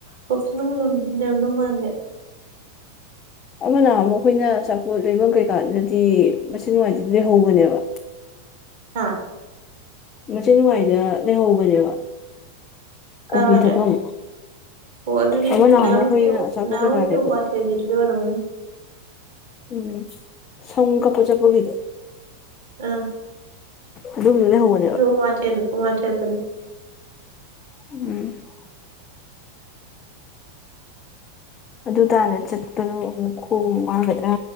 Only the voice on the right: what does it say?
ꯀꯣꯐꯤ ꯅꯨꯟ ꯌꫭꯟꯕꯗꯤ ꯂꯩꯔꯝꯗꯧ ꯃꯥꯟꯗꯦ
ꯍꯥꯥ
ꯀꯥꯏꯋꯥꯏꯗ
ꯑꯣ ꯑꯗꯨꯗꯤ
ꯅꯍꯥꯟꯃꯨꯛꯀꯤ
ꯅꯍꯥꯟꯃꯨꯛꯀꯤ
ꯎꯃꯥꯊꯦꯜꯒꯤꯗꯨꯗ ꯑꯣꯏꯔꯝꯒꯅꯤ
ꯑꯥ
ꯑꯗꯨ ꯎꯃꯥꯊ ꯎꯃꯥꯊ ꯗꯅꯤ